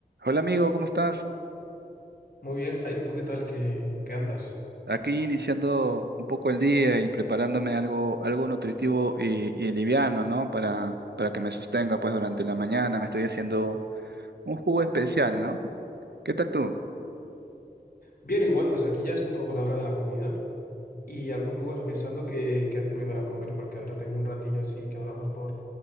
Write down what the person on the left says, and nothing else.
Muy bien, Jairo, ¿tú qué tal? ¿Qué, qué andas?
Bien, igual, pues aquí ya es un poco la hora de la comida y ando un poco eso, pensando qué, qué hacerme para comer, porque ahora tengo un ratillo así que hablamos por,